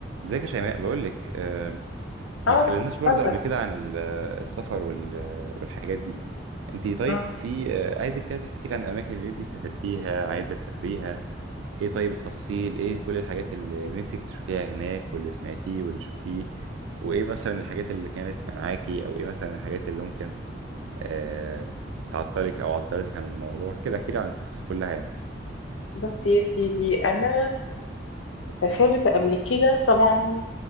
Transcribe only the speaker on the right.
ازيك يا شيماء بقول لك آه،
ما اتكلمناش برضو
قبل كده عن ال- آه، السفر وال- آه، والحاجات دي انت طيب
في آه، عايزك كده تحكي لي عن الاماكن اللي انت سافرتيها عايزه تسافريها ايه طيب التفاصيل ايه كل الحاجات اللي اللي نفسك تشوفيها هناك واللي سمعتيه واللي شفتيه وايه مثلا الحاجات اللي كانت منعاكي او ايه مثلا الحاجات اللي ممكن آه، تعطلك او عطلتك عن الموضوع كده احكي لي عن التفاصيل كلها يعني